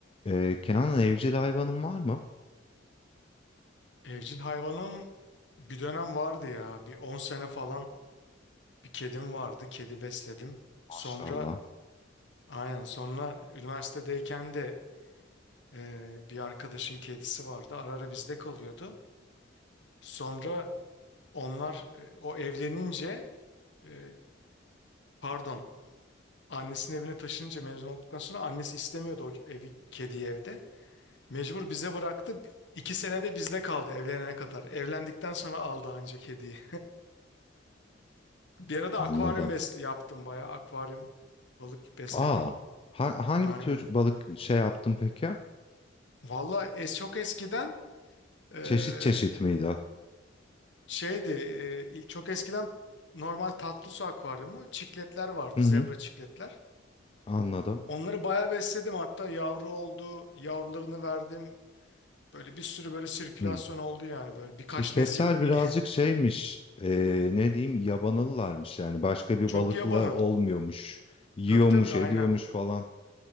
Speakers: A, on the left (about 30°); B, on the left (about 65°).
A: Ee, Kenan evcil hayvanın var mı?
B: Evcil hayvanım bir dönem vardı ya. Bir 10 sene falan bir kedim vardı. Kedi besledim. Sonra
A: Maşallah.
B: aynen sonra üniversitedeyken de e, bir arkadaşın kedisi vardı. Ara ara bizde kalıyordu. Sonra onlar e, o evlenince e, pardon annesinin evine taşınınca mezun olduktan sonra annesi istemiyordu o evi kediyi evde. Mecbur bize bıraktı. Bir- İki senede bizde kaldı evlenene kadar. Evlendikten sonra aldı ancak kediyi. Bir arada
A: Anladım.
B: akvaryum besli yaptım bayağı akvaryum balık besledim.
A: Aa, ha- hangi
B: Aynen.
A: tür balık şey yaptın peki?
B: Valla es çok eskiden eee,
A: Çeşit çeşit miydi?
B: şeydi eee, ilk- çok eskiden normal tatlı su akvaryumu çikletler vardı
A: Hı
B: zebra
A: hı,
B: çikletler.
A: anladım.
B: Onları bayağı besledim hatta yavru oldu yavrularını verdim. Böyle bir sürü böyle sirkülasyon
A: Hı.
B: oldu yani böyle birkaç
A: Çikletler
B: nesil iyi.
A: birazcık
B: <laughs>
A: şeymiş. ee, ne diyeyim yabanalılarmış yani başka bir
B: çok
A: balıkla
B: yabanalı.
A: olmuyormuş. Yiyormuş,
B: Tabii tabii aynen.
A: ediyormuş falan.